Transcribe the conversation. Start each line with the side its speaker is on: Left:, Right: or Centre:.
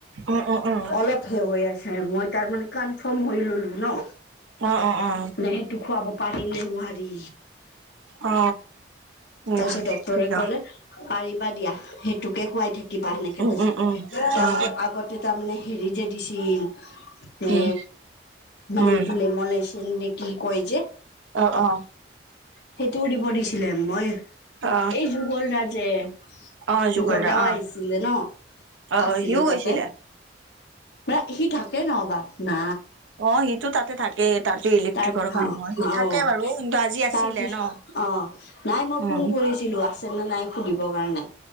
Right: অ অ অ।
Left: অলপ হে হৈ আছে। মই তাৰমানে কনফাৰ্ম হৈ ল'লোঁ ন?
Right: অ অ অ।
Left: নে সেইটো খোৱাব পাৰি নে নোৱাৰি?
Right: অ। সেইটো
Left: তাৰপিছত ডক্টৰে
Right: ঠিকে
Left: কলে, পাৰিবা দিয়া সেইটোকে খুৱাই থাকিবা সেনেকে
Right: উম
Left: কৈছে।
Right: উম উম
Left: তাৰ
Right: অ
Left: পিছত আগত তে তাৰ মানে হেৰি যে দিছিল এ
Right: উম
Left: মানে
Right: উম
Left: এইটো লেম লেছ এন নে কি কয় যে?
Right: অ, অ।
Left: সেইটোও দিব দিছিলে মই
Right: অ
Left: এই যুগল দা যে,
Right: অ
Left: যুগল
Right: দা
Left: দাও
Right: অ
Left: আহিছিলে ন?
Right: অ অ
Left: আছিলো
Right: সিও
Left: তাতে,
Right: গৈছিলে
Left: মানে সি থাকে ন বাপ না
Right: অ, সিটো তাতে থাকে। তাতে ইলেক্ট্ৰিকৰ
Left: তাৰ
Right: কামৰ
Left: অ,
Right: সি
Left: অ,
Right: বাৰু কিন্তু আজি আছিলে
Left: তাৰপিছত
Right: ন
Left: অ, নাই মই
Right: উম
Left: ফোন কৰিছ ছিলো আছে নে নাই সুধিবৰ কাৰনে?